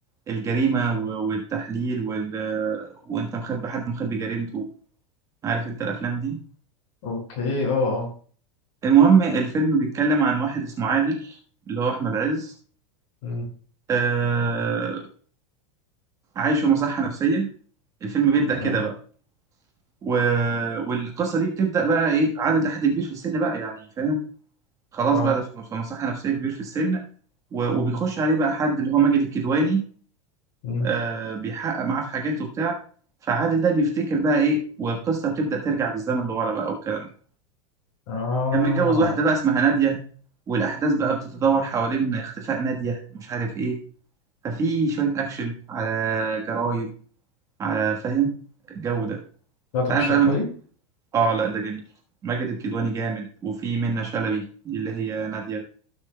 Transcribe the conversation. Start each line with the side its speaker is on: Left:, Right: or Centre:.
Right: الجريمة و- والتحليل وال... وانت مخبي حد مخبي جريمته عارف انت الافلام دي
Left: أوكي أه أه
Right: المهم الفيلم بيتكلم عن واحد اسمه عادل اللي هو احمد عز
Left: أمم،
Right: آه عايش في مصحة نفسية الفيلم بيبدأ
Left: تمام
Right: كده بقى و... والقصة دي بتبدأ بقى ايه عادل ده حد كبير في السن بقى يعني فاهم خلاص
Left: أه
Right: بقى ده في في مصحة نفسية كبير في السن و... وبيخش
Left: أمم،
Right: عليه بقى حد اللي هو ماجد الكدواني
Left: أمم،
Right: آه بيحقق معاه في حاجاته وبتاع فعادل ده بيفتكر بقى ايه والقصة بتبدأ ترجع بالزمن لورا بقى والكلام ده
Left: أه
Right: كان متجوز واحدة بقى اسمها نادية والأحداث بقى بتتدور حوالين اختفاء نادية ومش عارف ايه ففي شوية أكشن على جرايم على فاهم الجو ده أنت
Left: ده ترشحهولي
Right: عارف بقى آه لا ده جميل ماجد الكدواني جامد وفي منة شلبي دي اللي هي نادية